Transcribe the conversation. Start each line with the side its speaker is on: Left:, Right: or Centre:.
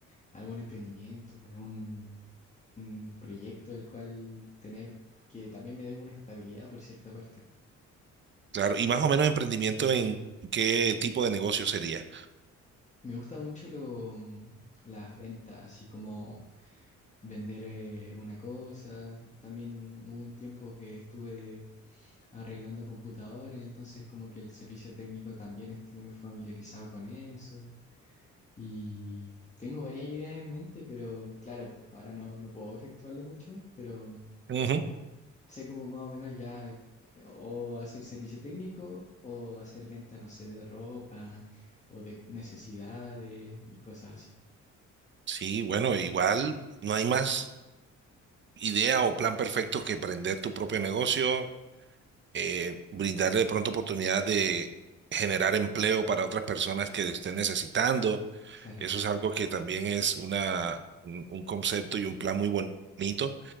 Left: algún emprendimiento, algún un proyecto del cual tener que también me dé una estabilidad por cierta parte.
Right: Claro, y más o menos emprendimiento en qué tipo de negocio sería.
Left: Me gusta mucho lo, mm, las ventas, así como vender eh, una cosa. También hubo un tiempo que estuve arreglando computadores, entonces como que el servicio técnico también estoy muy familiarizado con eso. Y tengo varias ideas en mente, pero claro, ahora no, no puedo efectuarlo mucho, pero
Right: Ujú.
Left: sé como más o menos ya eh, o hacer servicio técnico o hacer venta, no sé, de ropa o de necesidades y cosas así.
Right: Sí, bueno, igual no hay más idea o plan perfecto que emprender tu propio negocio, eh, brindarle de pronto oportunidad de generar empleo para otras personas que lo estén necesitando
Left: Claro,
Right: Eso es algo que también es una, un, un concepto y un plan muy bonito.